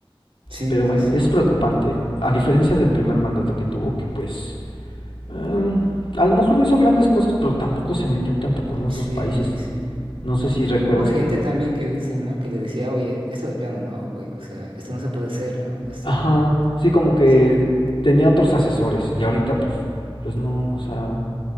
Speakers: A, on the right (about 70°); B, on the left (about 70°).
A: Sí,
B: Pero
A: sí,
B: bueno,
A: sí.
B: es preocupante, a diferencia del primer mandato que tuvo, que pues Eh, a lo mejor no hizo grandes cosas, pero tampoco se metió tanto con otros
A: Sí,
B: países.
A: sí, sí.
B: No sé si recuerdas
A: Hubo gente
B: que,
A: también que dicen, ¿no? Que le decía, oye, esto de plano no, güey, o sea, esto no se puede hacer, ¿no? Esto,
B: ajá, sí, como que
A: sí,
B: tenía otros asesores y ahorita pues, pues no, o sea,